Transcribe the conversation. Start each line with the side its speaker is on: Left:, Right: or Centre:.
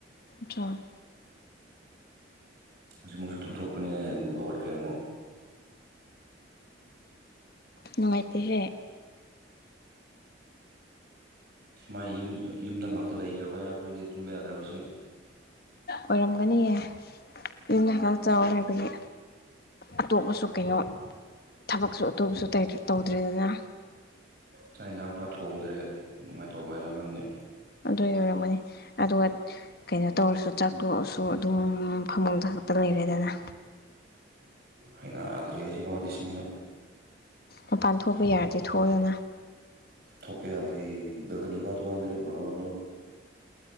Left: ꯗ꯭ꯔꯣ
Right: ꯍꯧꯖꯤꯛ ꯃꯣꯏꯁꯨ ꯇꯨꯝ ꯇꯨꯝꯊꯣꯛꯄꯅꯦ ꯗꯨ ꯈꯒꯠꯈꯔ꯭ꯦ
Left: ꯅꯨꯡꯉꯥꯏ ꯇꯦꯍꯦ
Right: ꯁꯨꯃꯥꯏ ꯌꯨꯝ ꯌꯨꯝꯗ ꯉꯥꯛꯇ ꯂꯩꯇꯔꯥꯕꯩꯔ꯭ ꯈꯪꯗꯦ ꯇꯨꯝꯕ ꯌꯥꯗ꯭ꯔꯕꯁ
Left: ꯑꯣꯏꯔꯝꯒꯅꯤꯌꯦ ꯌꯨꯝꯗ ꯈ ꯆꯥꯎꯔꯦ ꯍꯥꯏꯕꯗꯤ ꯑꯇꯣꯞꯄꯁꯨ ꯀꯩꯅꯣ ꯊꯕꯛꯁꯨ ꯑꯇꯣꯞꯄꯥꯁꯨ ꯇꯧꯗꯔ꯭ꯦꯗꯅ
Right: ꯆꯥꯛ ꯌꯦꯟꯁꯥꯡꯄꯥꯥꯛ ꯊꯣꯡꯗ꯭ꯔꯦ ꯑꯗꯨꯃꯥꯏꯅ ꯇꯧꯕꯩꯔꯥ ꯈꯪꯗꯦ
Left: ꯑꯗꯨꯏ ꯑꯣꯏꯔꯝꯒꯅꯤ ꯑꯗꯨꯒ ꯀꯩꯅꯣ ꯇꯧꯔꯁꯨ ꯆꯥꯛꯊꯣꯛꯑꯁꯨ ꯑꯗꯨꯝ ꯐꯃꯨꯡꯗ ꯈꯛꯇ ꯂꯩꯔꯦꯗꯅ
Right: ꯍꯩꯅꯗꯔ꯭ꯦꯍꯦ ꯁꯤꯃꯗꯤ ꯁꯦꯡꯅ
Left: ꯃꯄꯥꯟ ꯊꯣꯛꯄ ꯌꯥꯔꯗꯤ ꯊꯣꯛꯎꯗꯅ
Right: ꯊꯣꯛꯄ ꯌꯥꯗꯔꯦ ꯕꯦꯜꯀꯣꯅꯤ ꯐꯥꯎ ꯊꯣꯛꯈꯟꯗꯔ꯭ꯦ ꯍꯣꯏꯔꯣꯡ ꯔꯣ